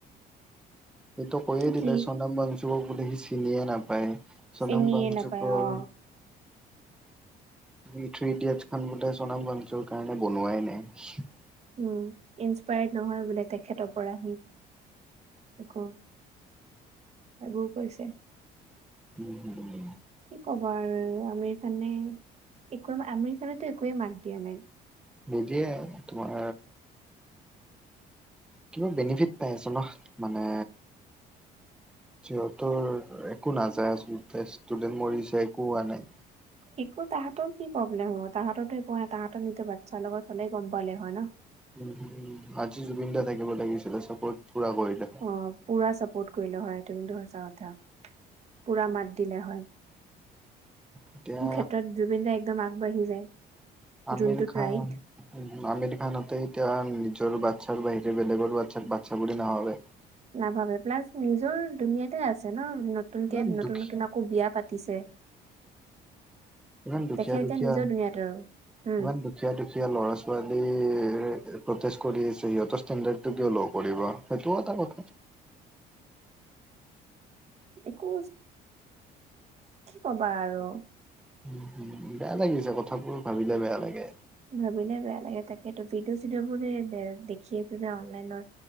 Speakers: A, in the centre; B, on the right.
A: সিটো কৈয়ে দিলে
B: কি
A: চনাম ওয়াংচুক বুলি সি চিনিয়ে নাপায়। চনম
B: চিনিয়ে
A: বঞ্চুকৰ
B: না পায় অ।
A: মি থ্ৰী ইডিয়েটচ খন বোলো চনাম ওয়াংচুকৰ কাৰণে বনোৱাই নাই।
B: উম ইনচপায়াৰ্ড নহয় বোলে তেখেতৰ পৰা হী একো। এইবোৰ কৈছে।
A: উম হুম উ
B: কি ক'বা আৰু আমিৰ খানে একো আমিৰ খানেতো একোয়ে মাত দিয়া নাই।
A: নিদিয়ে তোমাৰ কিবা বেনিফিট পাই আছে ন। মানে সিহতৰ দৰে একো নাযায় আচলতে ষ্টুডেণ্ট মৰিছে একো হোৱা নাই।
B: <inaudible> একো তাহাঁতৰ কি প্ৰব্লেম হ'ব তাহততো একো হোৱা নাই তাহাঁতৰ নিজৰ বাচ্ছাৰ লগত হ'লেই গম পালে হয় ন।
A: উম হ'ম আজি জুবিন দা থাকিব লাগিছিলে চাপৰ্ট পুৰা কৰিলে।
B: অ পুৰা চাপৰ্ট কৰিলে হয় এইটো কিন্তু সচা কথা। পুৰা মাত দিলে হয় এইবোৰ
A: এতিয়া
B: ক্ষেত্ৰত জুবিনদাই একদম আগবাঢ়ি যায়।
A: আমিৰ
B: যোনটোত
A: খান।
B: ৰাইট।
A: আমিৰ খানহতে এতিয়া নিজৰ বাচ্ছাৰ বাহিৰে বেলেগৰ বাচ্ছাক বাচ্ছা বুলি নাভাবে।
B: নাভাবে প্লাছ নিজৰ দুুনীয়াতে আছে ন। নতুনকে
A: ইমান
B: নতুন
A: দুখী
B: নতুন আকৌ বিয়া পাতিছে।
A: ইমান দুখীয়া
B: তেখেত এতিয়া
A: দুখীয়া
B: নিজৰ দুনীয়াত আৰু উম।
A: ইমান দুখীয়া দুখীয়া ল'ৰা ছোৱালীৰ প্ৰতেষ্ট কৰি আছে সিহঁতৰ ইষ্টেন্দৰ্টটো কিয় ল' কৰিব। সেইটো এটা কথা।
B: একো কি কবা আৰু।
A: উ হম বেয়া লাগিছে কথাবোৰ ভাবিলে বেয়া লাগে।
B: ভাবিলে বেয়া লাগে তা। সেইটো ভিডিঅ চিডিঅ' বো দেখি আছিলে অনলাইনত